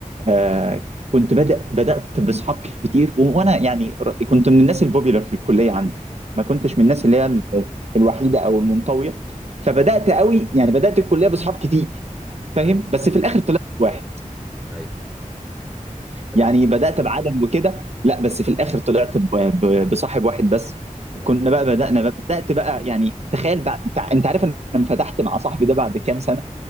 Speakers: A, on the right (about 50°); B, in the centre.
A: آه كنت بدأ بدأت بأصحاب كتير و- وأنا يعني ر- كنت من الناس البوبيلر في الكلية عندي ما كنتش
B: آه،
A: من الناس اللي هي ال- الوحيدة أو المنطوية فبدأت قوي يعني بدأت الكلية بأصحاب كتير فاهم
B: ايوه
A: بس في الآخر طلعت واحد
B: ايوه حلو
A: يعني
B: ده
A: بدأت بعدد وكده لا بس في الآخر طلعت ب- ب- بصاحب واحد بس
B: ايوه
A: كنا بقى بدأنا بقى بدأت بقى يعني تخيل بقى انت أنت عارف انا انفتحت مع صاحبي ده بعد كام سنة